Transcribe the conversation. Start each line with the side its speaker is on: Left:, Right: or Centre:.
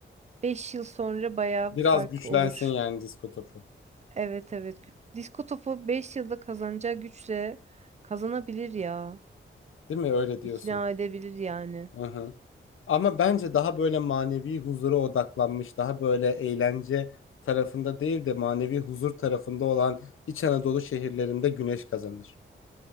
Right: 5 yıl sonra bayağı
Left: Biraz
Right: fark
Left: güçlensin
Right: olur.
Left: yani disko topu.
Right: Evet evet disko topu 5 yılda kazanacağı güçle kazanabilir ya.
Left: Değil mi? Öyle diyorsun.
Right: İkna edebilir yani.
Left: Hı hı. Ama bence daha böyle manevi huzura odaklanmış, daha böyle eğlence tarafında değil de manevi huzur tarafında olan İç Anadolu şehirlerinde güneş kazanır.